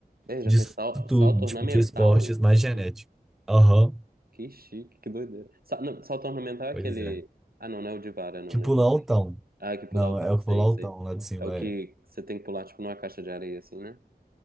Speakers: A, on the right; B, in the centre.
A: Ele já
B: disso
A: fez sal-
B: tudo,
A: salto
B: tipo,
A: ornamental?
B: de esportes mais genético.
A: Hum,
B: Aham,
A: Que chique, que doideira. Sa- não, salto ornamental é
B: pois
A: aquele.
B: é.
A: Ah, não, não é o de vara, não,
B: Que
A: né?
B: pular
A: Confundi.
B: o tão.
A: Ah, é que pular
B: Não,
A: o cão,
B: é o
A: sei,
B: pulo altão
A: sei.
B: lá de cima.
A: É o que
B: É.
A: você tem que pular, tipo, numa caixa de areia, assim, né?